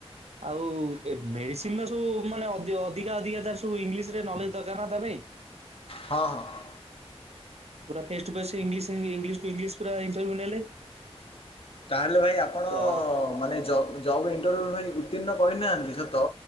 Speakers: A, on the right; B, on the left.
A: ଆଉ ଏ ମେଡିସିନ ର ସବୁ ମାନେ ଅଧି ଅଧିକା ଅଧିକା ତାର ସବୁ ଇଂଲିଶ ରେ ନଲେଜ ଦରକାର ନା ତା ପାଇଁ।
B: ହଁ ହଁ‌।
A: ପୁରା face to face English English to English ପୁରା ଇଣ୍ଟରଭ୍ୟୁ ନେଲେ।
B: ତାହେଲେ ଭାଇ ଆପଣ
A: ତ
B: ମାନେ ଜ ଜ ଜବ୍ ଇଣ୍ଟରଭ୍ୟୁ ପାଇଁ ଉତ୍ତୀର୍ଣ୍ଣ କରିନାହାନ୍ତି ସତ